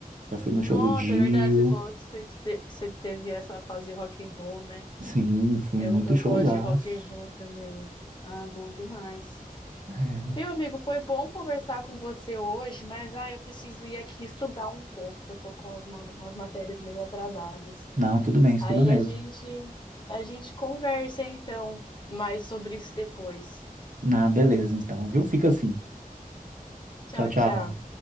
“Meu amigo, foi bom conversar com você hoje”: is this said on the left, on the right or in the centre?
Left